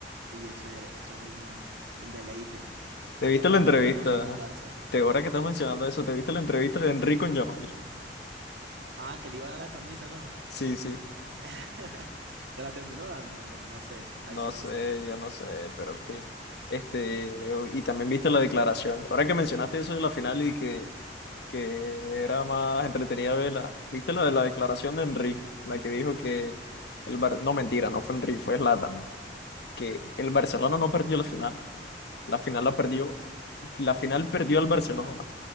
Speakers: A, on the right (about 85°); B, on the left (about 65°).
A: y eso, era- eso es un, un deleite,
B: ¿Te
A: hasta
B: viste
A: para
B: la entrevista?
A: los que no son del Barça.
B: Te, ahora que estás mencionando eso, ¿te viste la entrevista de Enrico en Yamal?
A: Ah, que le iba a dar la camisa, ¿no?
B: Sí, sí.
A: <laughs> Se la terminó dando, no, no sé, ahí
B: No
A: sí
B: sé,
A: no sé.
B: yo no sé, pero en fin. Este, y también viste la declaración. Ahora que mencionaste eso de la final y que, que era más entretenida verla, ¿viste la de la declaración de Henry? La que dijo que el Bar- no mentira, no fue Henry, fue Zlatan, que el Barcelona no perdió la final. La final la perdió, la final perdió el Barcelona.